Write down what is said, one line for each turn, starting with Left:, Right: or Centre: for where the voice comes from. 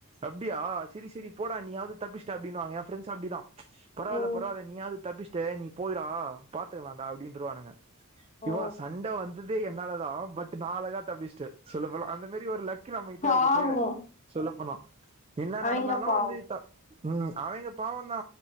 Right: அப்டியா சரி சரி போடா நீயாவது தப்பிசட்ட அப்டின்னுவாங்க ஏ ஃப்ரெண்ட்ஸ் அப்டி தா பரவாயில்ல
Left: ஓ
Right: பரவாயில்ல நீயாவது தப்ச்சிட்ட நீ போய்டா பாத்துக்கலாம்டா அப்டின்றுவாங்க
Left: ஓ
Right: இவ சண்ட வந்து ததே என்னால பட் நான் அழகா தப்பிச்சட்ட சொல்லப் போனா அந்த மேரி ஒரு லக்கு நம்மக்கிட்ட
Left: பாவோ
Right: இருக்கு சொல்லப் போனா என்ன
Left: அவிங்க
Right: நடந்தாலு
Left: பாவோ
Right: வந்து த ம் அவங்க பாவம் தா